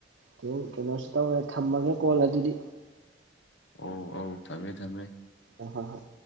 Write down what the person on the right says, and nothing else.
ꯍꯌꯦꯡ ꯀꯩꯅꯣꯁ ꯇꯧꯔꯦ ꯊꯝꯃꯒꯦ ꯀꯣꯜ ꯑꯗꯨꯗꯤ
ꯍꯣ ꯍꯣ ꯍꯣ